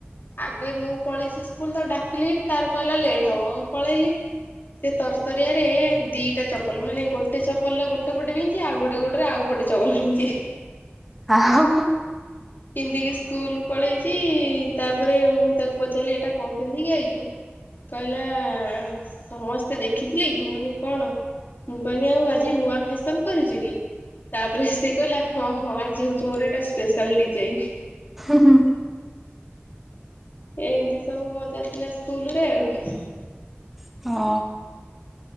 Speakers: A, on the left; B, in the centre.
A: ଆଗେ ମୁଁ ପଳେଇଚି ସ୍କୁଲ ତାକୁ ଡାକି ଲି ତାର କହିଲା ଲେଟ୍ ହବ ମୁଁ ପଳେଇଲି। ସେ ତରତରିଆରେ ଦିଟା ଚପଲ ମାନେ ଗୋଟେ ଚପଲ ରେ ଗୋଟେ ପଟେ ପିନ୍ଧିଚି ଆଉ ଗୋଟେ ଗୋଡରେ ଆଉ ପଟେ ଚପଲ ପିଞ୍ଚି
B: ଆହୋ
A: ପିନ୍ଧିକି ସ୍କୁଲ ପଳେଇଚି ତାପରେ ମୁଁ ତାକୁ ପଚାରିଲି ଏଟା କଣ ପିନ୍ଧିକି ଆଇଚୁ? କହିଲା ସମସ୍ତେ ଦେଖିଥିଲେ କି ମୁଁ କହିଲି କଣ? ମୁଁ କହିନି ଆଉ ଆଜି ନୂଆ ଫ୍ୟାସନ କରିଚୁ କି? ତାପରେ ସିଏ କହିଲା ହଁ ହଁ ଆଜି ହଉଚି ମୋର ଏଇଟା ସ୍ପେଶାଲ ଡିଜାଇନ।
B: ହୁଁ ହୁଁ।
A: ଏମିତି ସବୁ ମଜା ଥିଲା ସ୍କୁଲ ରେ ଆଉ।
B: ହଁ